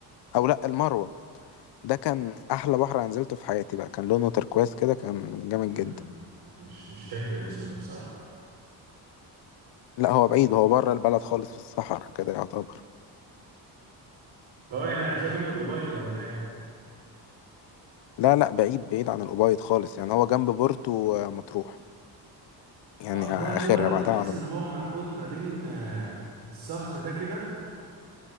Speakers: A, on the left; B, on the right.
A: أو لأ المروة ده كان أحلى بحر أنا نزلته في حياتي بقى كان لونه تركواز كده كان جامد
B: امم
A: جدا
B: مش مش فاكر الاسم ده بصراحه
A: لأ هو بعيد هو بره البلد خالص في الصحراء كده يعتبر
B: اه يعني هتلاقي جنب الأوبايد ولا حاجه
A: لا لا بعيد بعيد عن الأوبايد خالص يعني هو جنب بورتو آه، مطروح يعني
B: اه ده
A: آخرها
B: هو اللي
A: بعدها
B: تحس
A: على طول
B: ان هو منحوت ما بين آه، الصخر ده كده